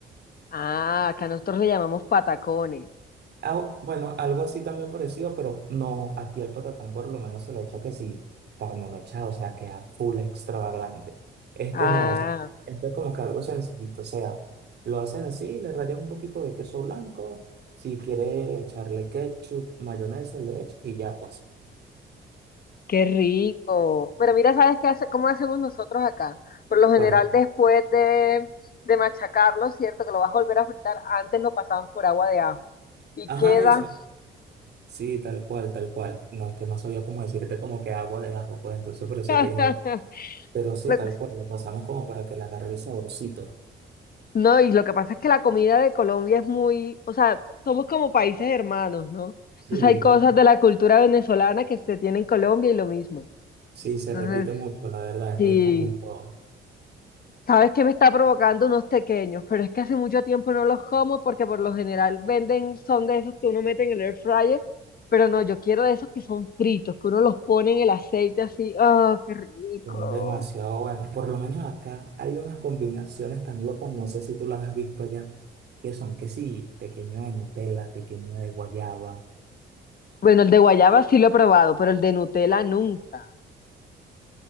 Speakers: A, on the left (about 50°); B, on the right (about 55°).
A: Ah, acá nosotros le llamamos patacones.
B: Ah, bueno, algo así también parecido, pero no, aquí al patacón por lo menos se le echa que sí, carne mechada, o sea, queda full extravagante. Este
A: Ah.
B: no, o sea, este es como que algo sencillito, o sea, lo haces así, le rayas un poquito de queso blanco, si quieres echarle ketchup, mayonesa, le echas y ya pues.
A: Qué rico. Pero mira, ¿sabes qué hace, cómo hacemos nosotros acá? Por lo general,
B: Bueno,
A: después de, de machacarlo, ¿cierto? Que lo vas a volver a fritar, antes lo pasamos por agua de ajo. Y
B: ajá,
A: queda.
B: eso. Sí, tal cual, tal cual. No es que no sabía cómo decirte como que agua de ajo, pues entonces por eso
A: <laughs>
B: te dije, pero sí,
A: lo-
B: tal cual, lo pasamos como para que le agarre el saborcito.
A: No, y lo que pasa es que la comida de Colombia es muy, o sea, somos como países hermanos, ¿no?
B: Sí,
A: Entonces
B: eh,
A: hay cosas de la cultura venezolana que se tiene en Colombia y lo mismo.
B: sí, se
A: Entonces,
B: repite mucho, la verdad, es
A: sí.
B: muy común. pero
A: Sabes que me está provocando unos pequeños, pero es que hace mucho tiempo no los como porque por lo general venden, son de esos que uno mete en el air fryer, pero no, yo quiero de esos que son fritos, que uno los pone en el aceite así, ¡oh, qué rico!
B: Son demasiado buenos. Por lo menos acá hay unas combinaciones tan locas, no sé si tú las has visto ya, que son que sí, pequeño de Nutella, pequeño de guayaba.
A: Bueno, el de guayaba sí lo he probado, pero el de Nutella nunca.